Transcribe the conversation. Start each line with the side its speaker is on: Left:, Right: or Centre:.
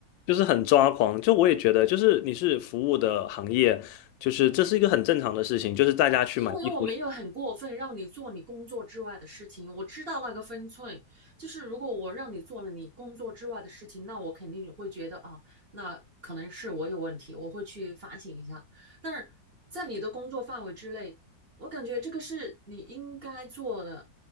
Left: 就是很抓狂。就我也觉得，就是你是服务的行业，就是这是一个很正常的事情，就是大家去买衣服。
Right: 因为我没有很过分让你做你工作之外的事情，我知道那个分寸。就是如果我让你做了你工作之外的事情，那我肯定会觉得啊，那可能是我有问题，我会去反省一下。但是在你的工作范围之内，我感觉这个是你应该做的，